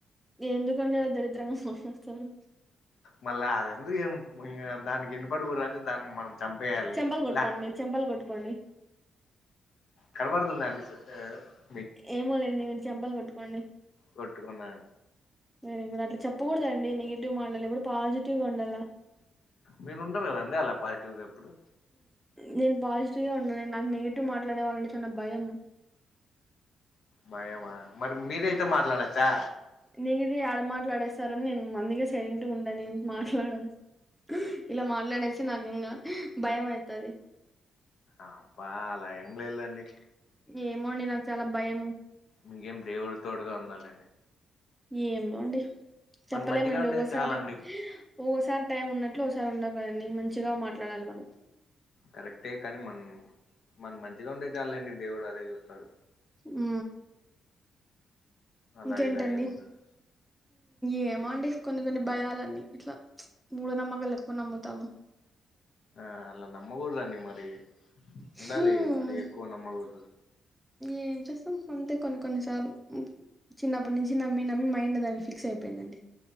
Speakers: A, in the centre; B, on the left.
A: ఎందుకండి అలా దరిద్రంగా మాట్లాడుతారు
B: మల్ల అది ఎందుకు ఏం ఇంగ దానికి ఇనపడకూడదంటే దాన్ని మనం చంపేయాలి
A: చెంపల్ కొట్కోండి
B: లా
A: మీరు చెంపల్ కొట్కోండి
B: కనబడుతుంద ఏ
A: ఏమోలేండి మీరు చంపలు కొట్టుకోండి
B: కొట్టుకున్నా
A: వెరీ గుడ్ అట్లా చెప్పకూడదండి నెగిటివ్ మాటలు ఎప్పుడు పాజిటివ్గా ఉండాల
B: మీరు ఉండరు కదండి అలా పాజిటివ్గా ఎప్పుడు
A: నేను పాజిటివ్గా ఉన్న నాకు నెగిటివ్ మాట్లాడే వాళ్ళంటే చానా భయము
B: భయమా మరి మీరయితే మాట్లాడచ్చా
A: నీను ఇది ఆడ మాట్లాడేస్తారు అని నేను అందుకే సైలెంట్ గా ఉంటా నేను మాట్లాడను ఇలా మాట్లాడేసి నాకు ఇంగా భయం అయితది
B: అబ్బా అలా ఏం లేదండి
A: ఏమోండి నాకు చాలా భయము
B: మీకేం దేవుడి తోడుగా ఉన్నాల్లేండి
A: ఏమండి
B: మనం
A: చెప్పలేమండి
B: మంచిగా ఉంటే
A: ఒకోసారి
B: చాలండి
A: ఒకోసారి టైం ఉన్నట్లు ఒకసారి ఉండవు కదండి మంచిగా మాట్లాడాలి మనం
B: కరెక్టే కానీ మన మనం మంచిగా ఉండే చాల్లే అండి దేవుడు అదే చూస్తాడు
A: ఉ
B: అలా
A: ఇంకేంటి
B: ఇలా
A: అండి
B: ఏముండదు
A: ఏమో అండి కొన్ని కొన్ని భయాలన్నీ ఇట్లా మూఢనమ్మకాలు ఎక్కువ నమ్ముతాము
B: ఆ అలా నమ్మకూడదుండి మరి ఉండాలి
A: హ్మ్
B: మరి ఎక్కువ నమ్మకూడదు
A: ఏం చేస్తాం అంతే కొన్ని కొన్నిసార్లు చిన్నప్పటి నుంచి నమ్మి నమ్మి మైండ్ దానికి ఫిక్స్ అయిపోయిందండి